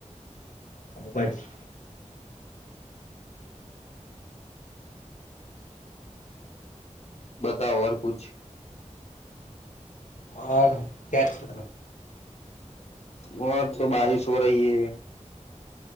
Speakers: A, on the left; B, on the left.
A: હભજ
B: બતાઓ ઔર કુછ
A: હ ક્યા ચલ
B: બર તો બારિશ હો રહી હ